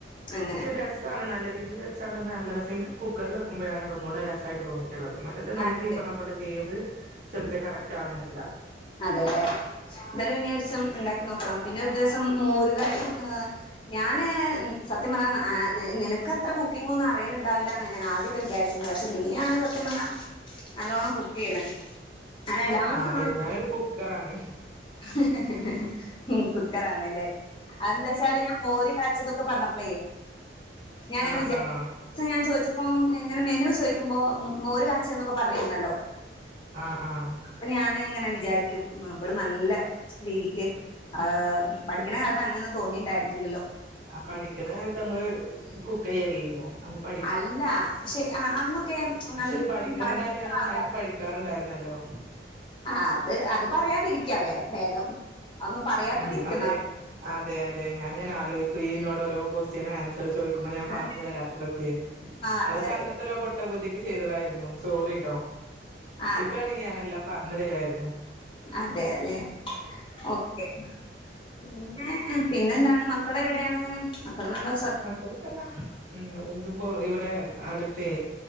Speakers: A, on the left; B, on the right.
A: അങ്ങനെ
B: ശരിപക്ഷേ ടെസ്റ്റ്‌ ട്ടാണ് നല്ല രീതീല് വെച്ചാ <unintelligible> നല്ല രസാ എനിക്ക് കുക്കറില് വെക്കുമ്പഴാണ് അതൊന്നൂടെ രസമായിട്ട് തോന്നിയെ മറ്റുള്ളത് <unintelligible> നമുക്ക്
A: അതെ
B: ഈ പറഞ്ഞ പോലെ വേവ് ചെലപ്പോ കറക്റ്റ് ആവണെന്നില്ല
A: അതെലെ എന്തായാലും ഇനി ഒരു ദിവസം ഇണ്ടാക്കി നോക്കണം പിന്നെ ഒരു ദിവസം മോരുകറിയും ഏഹ് ഞാന് ഉം സത്യം പറഞ്ഞാ ആഹ് നിനക്കത്ര കുക്കിംങ്ങ് ഒന്നും അറിയല്ണ്ടാവില്ലാന്നാ ഞാൻ ആദ്യം വിചാരിച്ച പക്ഷെ നീയാണ് സത്യം പറഞ്ഞാ നല്ലോണ്ണം കുക്ക് ചെയ്യണ് അങ്ങനെ എല്ലാ
B: ആ
A: സാധ
B: അതെ അതെ ഞാനൊരു കുക്കറാണ്
A: <unintelligible> ഉം കുക്കറാണ്ല്ലേ ആന്താച്ചാല് ഞാൻ മോര് കാച്ചിയതൊക്കെ പറഞ്ഞപ്പളെ ഞാൻ അങ്ങനെ
B: ആ
A: വിചാ
B: ആ
A: ചോയിച്ചപ്പോ ഇങ്ങനെ മെനു ചോദിക്കുമ്പോ മ് മോര് കാച്ച് ച്ച്ന്നൊക്കെ പറഞ്ഞിരുന്നല്ലോ
B: ആഹ് ആഹ്
A: അപ്പൊ ഞാന് ഇങ്ങനെ വിചാരിക്കും ഇവള് നല്ല രീതിക്ക് ആഹ് പഠിക്കണ കാലത്ത് അങ്ങനെയൊന്നും തോന്നിയിണ്ടായിരുന്നില്ലല്ലോ
B: ആഹ് പടിക്കണ കാലത്ത് നമ്മള് കുക്ക് ചെയ്യല്ലല്ലോ നമ്മക്
A: അല്ല പക്ഷെ ആഹ് അന്നൊക്കെ ആഹ്
B: പക്ഷെ
A: നൽ
B: പഠിക്കുന്നതായാലും
A: <unintelligible>
B: ഞാൻ നന്നായിട്ട് പഠിക്കാറുണ്ടായിരുന്നല്ലോ
A: ആഹ് അത് അത് പറയാതിരിക്കാ വേ ഭേദം അതൊന്നും പറയാതിരിക്കുന്ന
B: ഉം അതെ അതെ അതെ ഞാനിങ്ങനെ ആലോചിക്കും ഇയ്യ്ന്നോട് ഓരോ ക്വസ്റ്റ്യന് ആൻസർ ചോയിക്ക് ക്കുമ്പം ഞാൻ
A: ആ
B: പറഞ്ഞു തരാത്തതൊക്കെ
A: അതെ
B: അതൊക്കെ
A: അതെ
B: അന്നത് ത്തോരോ പൊട്ട ബുദ്ധിക്ക് ചെയ്തതായിരുന്നു സോറിട്ടോ
A: ആ
B: ഇപ്പഴാണെങ്കി ഞാനെല്ലാം പറഞ്ഞു തെരുവായിരുന്നു
A: അതെല്ലെ ഓക്കെ പിന്നെ പിന്നെന്താണ് മക്കളെവിടെയാണ് മക്കള് നാളെ
B: മക്കളൊക്കെ ഇതാ ഉം ഇതിപ്പോ ഇവിടെ അടുത്തെ